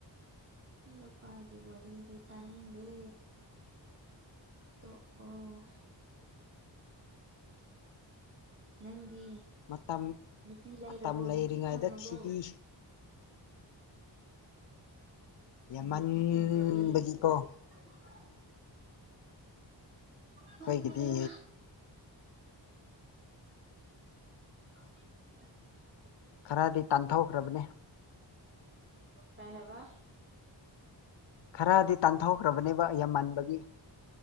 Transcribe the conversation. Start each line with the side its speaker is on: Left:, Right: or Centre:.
Right: ꯏꯗꯄꯥꯒꯤꯦ ꯋꯥꯔꯤꯔꯤꯗꯤ ꯇꯅꯤꯡꯗꯦ ꯇꯣ ꯑꯣ ꯅꯪꯗꯤ
Left: ꯃꯇꯝ
Right: ꯅꯨꯄꯤ ꯂꯩꯔꯕꯣ
Left: ꯃꯇꯝ ꯂꯩꯔꯤꯉꯩꯗ
Right: ꯅꯨꯄꯤ ꯐꯪꯉꯕꯣ
Left: ꯊꯤꯗꯤ ꯌꯥꯝꯃꯟꯕꯒꯤ
Right: ꯅꯨꯄꯤ ꯐꯪꯗꯕꯤ
Left: ꯀꯣ
Right: <inaudible> ꯄꯥꯝꯗꯦꯗ
Left: ꯑꯩꯈꯣꯏꯒꯤꯗꯤ
Right: <inaudible>
Left: ꯈꯔꯗꯤ ꯇꯥꯟꯊꯣꯛꯈ꯭ꯔꯕꯅꯤ
Right: ꯀꯍꯕ
Left: ꯈꯔꯗꯤ ꯇꯥꯟꯊꯣꯛꯈ꯭ꯔꯕꯅꯦꯕ ꯌꯥꯝꯃꯟꯕꯒꯤ